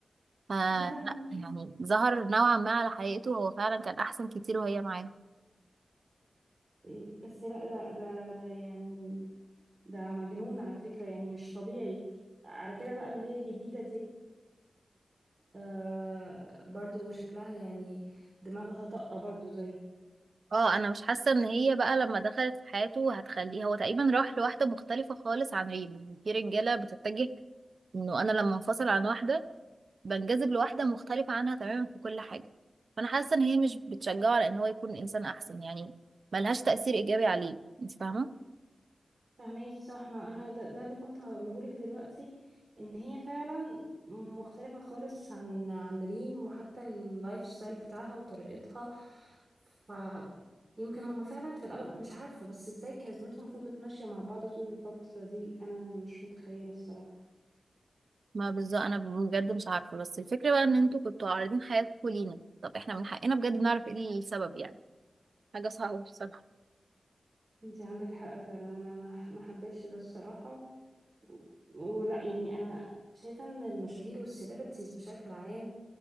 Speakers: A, on the right; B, on the right.
A: فلا
B: يا لهوي
A: يعني ظهر نوعا ما على حقيقته هو فعلا كان احسن كتير وهي معاه
B: إيه، بس لا ده ده ده يعني ده مجنون على فكرة يعني مش طبيعي على كده بقى اللي هي الجديدة دي آه برضو شكلها يعني دماغها طاقة برضو زي
A: اه انا مش حاسه ان هي بقى لما دخلت في حياته هتخليه هو تقريبا راح لواحده مختلفه خالص عن ريم يعني في رجاله بتتجه انه انا لما انفصل عن واحده بنجذب لواحدة مختلفة عنها تماما في كل حاجة فأنا حاسة إن هي مش بتشجعه على إن هو يكون إنسان أحسن يعني ملهاش تأثير إيجابي عليه أنت فاهمة؟
B: فهماكي صح ما انا ده, ده اللي كنت هقوله لك دلوقتي ان هي فعلا مختلفة خالص عن عن ريم وحتى اللايف ستايل بتاعها وطريقتها ف يمكن هما فعلا في الاول مش عارفة بس ازاي كاريزمتهم فضلت ماشية مع بعض طول الفترة دي انا مش متخيلة الصراحة
A: ما بالظبط أنا بجد مش عارفة بس الفكرة بقى إن أنتوا كنتوا عارضين حياتكوا لينا طب إحنا من حقنا بجد نعرف إيه السبب يعني حاجة صعبة بصراحة
B: انت عندك حق فعلا انا ما ما حبيتش ده الصراحه و- ولا يعني انا شايفه ان المشاهير والسيلبرتيز بشكل عام